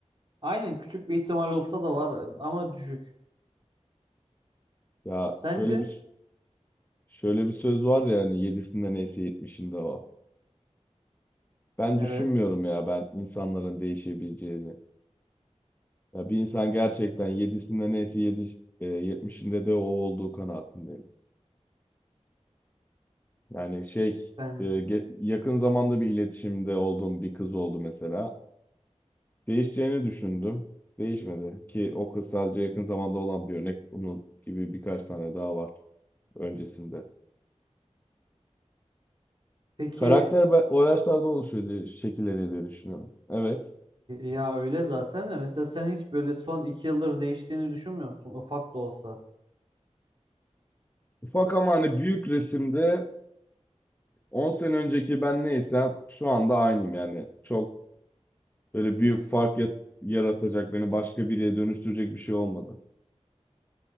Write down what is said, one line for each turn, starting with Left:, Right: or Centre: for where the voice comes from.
Right: Aynen küçük bir ihtimal olsa da var ama düşük.
Left: Ya
Right: Sence?
Left: şöyle bir şöyle bir söz var ya hani yedisinde neyse yetmişinde o. Ben
Right: Evet.
Left: düşünmüyorum ya ben insanların değişebileceğini. Ya bir insan gerçekten yedisinde neyse yedi, e, yetmişinde de o olduğu kanaatindeyim. Yani şey
Right: Ben.
Left: e, ge- yakın zamanda bir iletişimde olduğum bir kız oldu mesela. Değişeceğini düşündüm. Değişmedi ki o kız sadece yakın zamanda olan bir örnek. Bunun gibi birkaç tane daha var öncesinde.
Right: Peki
Left: Karakter ben, o yaşlarda oluşuyor diye, şekilleniyor diye düşünüyorum. Evet.
Right: Ya öyle zaten de mesela sen hiç böyle son iki yıldır değiştiğini düşünmüyor musun? Ufak da olsa.
Left: Ufak ama hani büyük resimde 10 sene önceki ben neysem şu anda aynıyım yani. Çok böyle büyük fark yat- yaratacak beni başka biriye dönüştürecek bir şey olmadı.